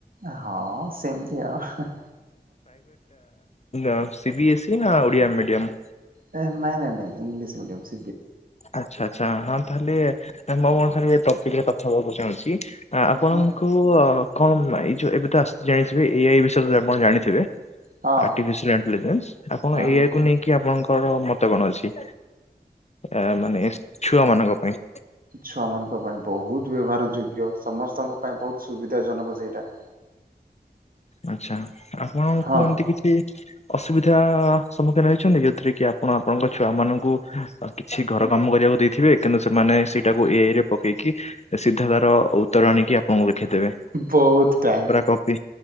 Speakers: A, on the right; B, on the left.
A: ହଁ ସେମିତି ଆଉ।
B: ଆ ସିିବିଏସ୍ଇ ନା ଓଡ଼ିଆ ମିଡିୟମ୍?
A: ନାଁ ନାଇଁ ନାଇଁ ନାଇଁ ଇଙ୍ଗଲିଶ୍ ମିଡିୟମ୍
B: ଆଚ୍ଛା ଆଛା ହଁ ତାହେଲେ ମୁଁ ଅନୁସାରେ ଏ ଟପିକରେ କଥା ହବାକୁ ଚାହୁଁଛି। ଆ ଆପଣଙ୍କୁ
A: ହଁ
B: ଆ କଣ ମା ଏ ଯୋଉ ଏବେ ତ ଆସିଛି ଜାଣିଥିବେ ଏଆଇ ବିଷୟରେ ଆପଣ ଜାଣିଥିବେ।
A: ହଁ
B: ଆର୍ଟିଫିସିଆଲ ଇଣ୍ଟଲିଜେନ୍ସ ଆପଣ
A: ହଁ
B: ଏଆଇ
A: ହଁ ହଁ
B: କୁ ନେଇକି ଆପଣଙ୍କର ମତ କଣ ଅଛି? ଆ ମାନେ ଛୁଆ ମାନଙ୍କ ପାଇଁ।
A: ଛୁଆ ମାନଙ୍କ ପାଇଁ ବହୁତ ବ୍ୟବହାର ଯୋଗ୍ୟ ସମସ୍ତଙ୍କ ପାଇଁ ବହୁତ ସୁବିଧା ଜନକ ସେଇଟା।
B: ଆଚ୍ଛା ଆପଣଙ୍କୁ
A: ହଁ
B: ଏମିତି କିଛି ଅସୁବିଧା ସମ୍ମୁଖୀନ ହେଇଛନ୍ତି କି ଯଉଥିରେ କି ଆପଣ ଆପଣଙ୍କ ଛୁଆ ମାନଙ୍କୁ ଆ କିଛି ଘର କାମ କରିବାକୁ ଦେଇଥିବେ କିନ୍ତୁ ସେମାନେ ସେଇଟାକୁ ଏଆଇ ରେ ପକେଇକି ସିଧା ତାର ଉତ୍ତର ଆଣିକି ଆପଣଙ୍କୁ ଦେଖେଇଥିବେ।
A: ବହୁତ୍ ଟାଇମ୍
B: କବି